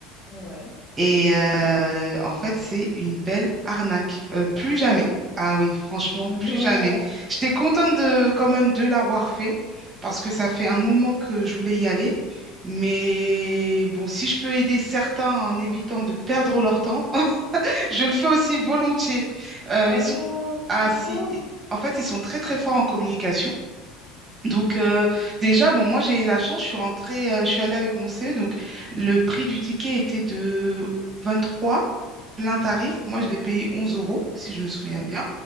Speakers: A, on the left; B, on the right.
A: Ouais.
B: Et euh, en fait, c'est une belle arnaque. Euh, plus
A: Sérieux?
B: jamais. Ah oui, franchement,
A: Oh non!
B: plus jamais. J'étais contente de quand même de l'avoir fait parce que ça fait un moment que je voulais y aller. Mais bon, si je peux aider certains en évitant de perdre leur temps, je le fais aussi volontiers. Euh,
A: Oh
B: ils sont
A: non!
B: ah,
A: Pourquoi?
B: si, i- en fait, ils sont très très forts en communication. Donc euh, déjà, bon, moi j'ai eu la chance, je suis rentrée, euh, je suis allée avec mon CE, donc le prix du ticket était de 23, plein tarif. Moi, je l'ai payé 11 euros, si je me souviens
A: Ouais.
B: bien.